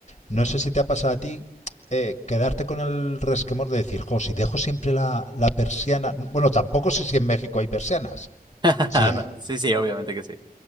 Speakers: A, on the left; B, on the right.
A: no sé si te ha pasado a ti eh, quedarte con el resquemor de decir, jo, si dejo siempre la, la persiana. Bueno, tampoco sé si en México hay persianas.
B: <laughs>
A: Sí hay.
B: No, sí, sí, obviamente que sí.